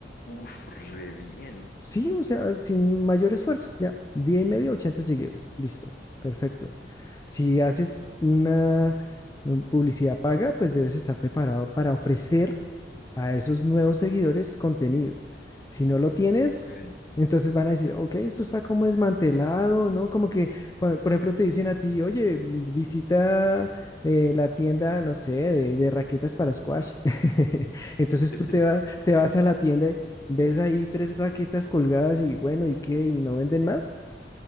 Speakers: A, on the left; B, on the left.
A: Uf, re bien.
B: Sí, o sea, sin mayor esfuerzo, ya, día y medio, 80 seguidores, listo, perfecto. Si haces una um, publicidad paga, pues debes estar preparado para ofrecer a esos nuevos seguidores contenido. Si no lo
A: Mm,
B: tienes,
A: ok.
B: entonces van a decir, ok, esto está como desmantelado, ¿no? Como que, cua- por ejemplo, te dicen a ti, oye, visita eh, la tienda, no sé, de, de raquetas para squash. <laughs> Entonces
A: <laughs>
B: tú te, va- te vas a la tienda y ves ahí tres raquetas colgadas y bueno, ¿y qué? ¿Y no venden más?